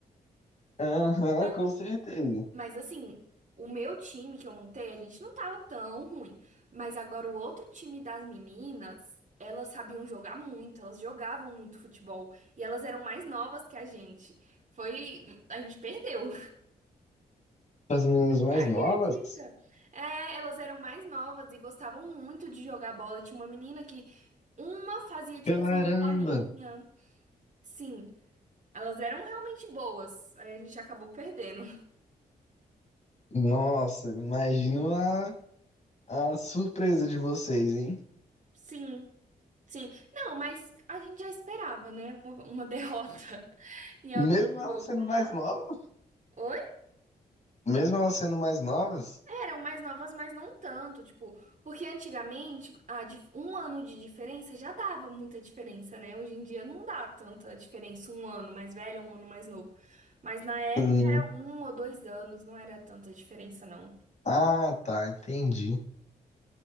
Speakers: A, on the left; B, on the right.
A: Aham,
B: Então,
A: com certeza.
B: mas assim, o meu time que eu montei, a gente não tava tão ruim, mas agora o outro time das meninas, elas sabiam jogar muito, elas jogavam muito futebol e elas eram mais novas que a gente. Foi, a gente perdeu.
A: Para as meninas mais
B: Acredita?
A: novas?
B: É, elas eram mais novas e gostavam muito de jogar bola. Tinha uma menina que uma fazia tipo
A: Caramba!
B: assim, escolinha. Sim, elas eram realmente boas. Aí a gente acabou perdendo.
A: Nossa, imagino a, a surpresa de vocês, hein?
B: Sim, sim. Não, mas a gente já esperava, né? Uma, uma derrota <laughs> em
A: Mesmo
B: algum
A: elas
B: jogo,
A: sendo mais
B: mas.
A: novas?
B: Oi?
A: Mesmo elas sendo mais novas?
B: Eram mais novas, mas não tanto, tipo, porque antigamente a dif- um ano de diferença já dava muita diferença, né? Hoje em dia não dá tanta diferença, um ano mais velho, um ano mais novo. Mas na época
A: Sim.
B: era um ou dois anos, não era tanta diferença, não.
A: Ah, tá, entendi.